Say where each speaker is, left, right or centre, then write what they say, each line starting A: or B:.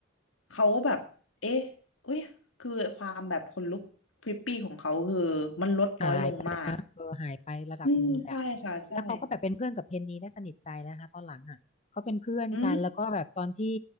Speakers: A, on the left (about 85°); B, on the left (about 35°).
A: เขาก็แบบเอ๊ะ อุ้ยคือความแบบขนลุกพริปปี้ของเขาคือมันลดน้อยลงมาก
B: หายไปเลยนะเออหายไประดับหนึ่งเลยอะ
A: อืมใช่ค่ะใช่
B: แล้วเขาก็แบบเป็นเพื่อนกับเพนนีได้สนิทใจนะคะตอนหลังอ่ะเขาเป็นเพื่อนกันแล้วก็แบบตอนที่
A: อื